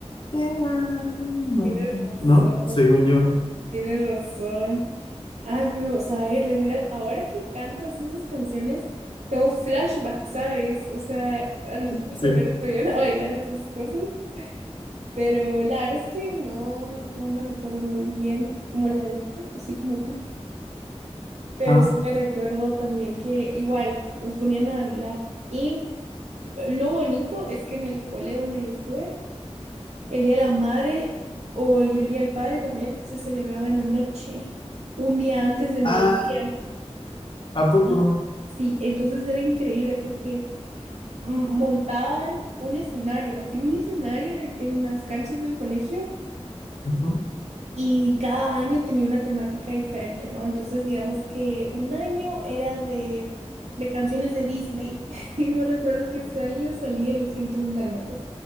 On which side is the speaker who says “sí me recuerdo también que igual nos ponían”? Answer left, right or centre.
Right